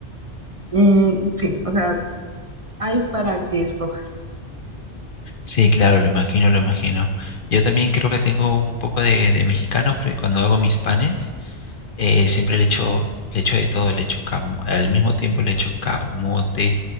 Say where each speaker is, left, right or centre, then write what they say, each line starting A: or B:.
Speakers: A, on the right; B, on the left.
A: mm, sí, o sea, hay para que escojas.
B: Sí, claro, lo imagino, lo imagino. Yo también creo que tengo un poco de, de mexicano, porque cuando hago mis panes, eh, siempre le echo, le echo de todo, le echo cam- al mismo tiempo le echo camote,